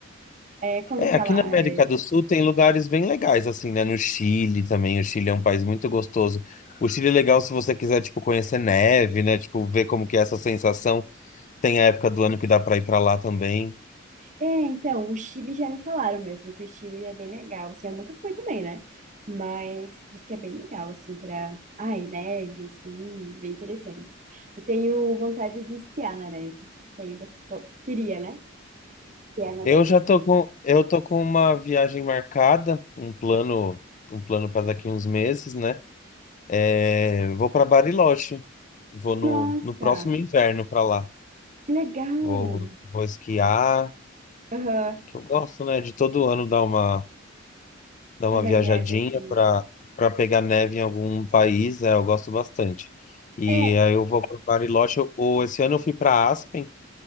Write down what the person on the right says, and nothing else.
É, como
que
ela
é?
É, então, o Chile já me falaram mesmo que o Chile é bem legal. Assim, eu nunca fui também, né? Mas diz que é bem legal, assim, pra. Ai, neve, assim, bem interessante. Eu tenho vontade de esquiar na neve. Tenho, bas- co- queria, né? Esquiar na
neve,
assim.
Nossa,
que legal!
Aham,
a variada,
assim.
É,